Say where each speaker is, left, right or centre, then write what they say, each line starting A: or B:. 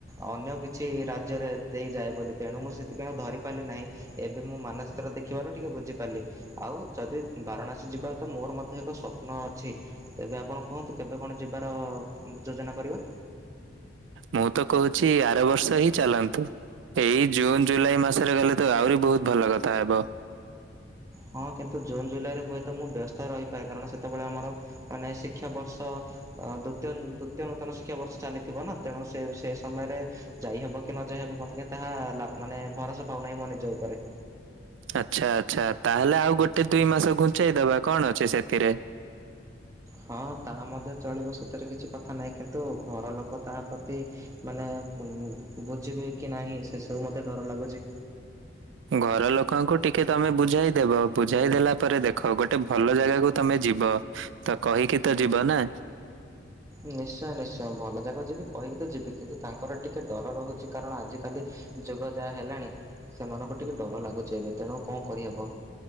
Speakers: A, on the right; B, on the right.
A: ଅନ୍ୟ କିଛି ରାଜ୍ୟରେ ଦେଇଯାଏ ବୋଲି ତେଣୁ ମୁଁ ସେଥିପାଇଁ ଆଉ ଧରିପାରିଲି ନାହିଁ। ଏବେ ମୁଁ ମାନଚିତ୍ର ଦେଖିବାରୁ ଟିକେ ବୁଝିପାରିଲି। ଆଉ ଯଦି ବାରାଣାସୀ ଯିବାକୁ ତ ମୋର ମଧ୍ୟ ଏକ ସ୍ୱପ୍ନ ଅଛି ତେବେ ଆପଣ କୁହନ୍ତୁ କେବେ କଣ ଯିବାର ଯୋଜନା କରିବା।
B: ମୁଁ ତ କହୁଛି ଆର ବର୍ଷ ହିଁ ଚାଲନ୍ତୁ। ଏଇ ଜୁନ୍ ଜୁଲାଇ ମାସରେ ଗଲେ ତ ଆହୁରି ବହୁତ ଭଲ କଥା ହେବ।
A: ହଁ କିନ୍ତୁ ଜୁନ୍ ଜୁଲାଇରେ ହୁଏତ ମୁଁ ବ୍ୟସ୍ତ ରହିପାରେ କାରଣ ସେତେବେଳେ ଆମର ମାନେ ଶିକ୍ଷାବର୍ଷ ଅ ଦୁତୀୟ ଦୁତୀୟ ନୂତନ ଶିକ୍ଷାବର୍ଷ ଚାଲିଥିବ ନା ତେଣୁ ସେ ସେ ସମୟରେ ଯାଇ ହବ କି ନ ଯାଇ ହବ ମତେ କାହିଁ ତାହା ମାନେ ଭରସା ପାଉନାହିଁ ମୋ ନିଜ ଉପରେ।
B: ଆଚ୍ଛା ଆଚ୍ଛା ତାହେଲେ ଆଉ ଗୋଟେ ଦୁଇ ମାସ ଘୁଞ୍ଚେଇ ଦବା କଣ ଅଛି ସେଥିରେ।
A: ହଁ ତାହା ମଧ୍ୟ ଚଳିବ ସେଥିରେ କିଛି କଥା ନାହିଁ କିନ୍ତୁ ଘର ଲୋକ ତାହା ପ୍ରତି ମାନେ ଉଁ ବୁଝିବେ କି ନାହିଁ ସେ ସବୁ ମତେ ଡର ଲାଗୁଛି।
B: ଘର ଲୋକଙ୍କୁ ଟିକେ ତମେ ବୁଝାଇଦବ ବୁଝାଇ ଦେଲା ପରେ ଦେଖ ଗୋଟେ ଭଲ ଜାଗାକୁ ତମେ ଯିବ ତ କହିକି ତ ଯିବ ନାଁ।
A: ନିଶ୍ଚୟ ନିଶ୍ଚୟ ଭଲ ଯାଗାକୁ ଯିବି କହିକି ତ ଯିବି କିନ୍ତୁ ତାଙ୍କର ଟିକେ ଡର ରହୁଛି କାରଣ ଆଜିକାଲି। ଯୁଗ ଯାହା ହେଲାଣି ସେମାନଙ୍କୁ ଟିକେ ଡର ଲାଗୁଛି ଏବେ ତେଣୁ କଣ କରିହେବ।